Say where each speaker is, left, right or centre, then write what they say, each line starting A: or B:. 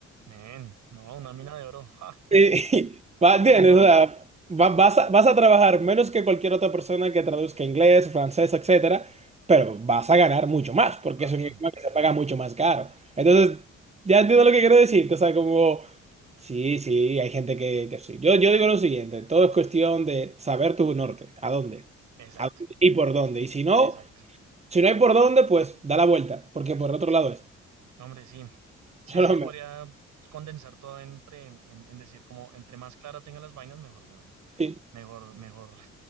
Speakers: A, on the right (about 80°); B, on the right (about 20°).
A: men, no, una mina de oro. Ja,
B: Eh, <laughs>
A: ja,
B: va- ¿Entiendes?
A: papá.
B: O sea, va- vas a, vas a trabajar menos que cualquier otra persona que traduzca inglés, francés, etcétera, pero vas a ganar mucho más, porque
A: Papi,
B: es un idioma que se paga mucho más caro. Entonces, ya entiendo lo que quiero decirte, o sea, como, sí, sí, hay gente que, que sí. Yo, yo digo lo siguiente, todo es cuestión de saber tu norte, a dónde,
A: exacto,
B: a dónde y por dónde. Y si no,
A: exacto.
B: si no hay por dónde, pues da la vuelta, porque por el otro lado es.
A: Hombre, sí, sí,
B: Solo
A: sí, yo
B: me...
A: podría condensar todo entre, en, en decir como entre más clara tenga las vainas, mejor, weón.
B: Sí,
A: Mejor, mejor,